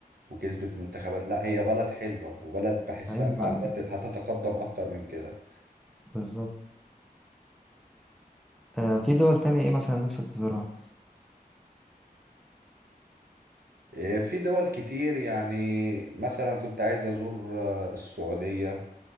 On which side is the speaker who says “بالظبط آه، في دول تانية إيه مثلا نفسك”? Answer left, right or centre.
Centre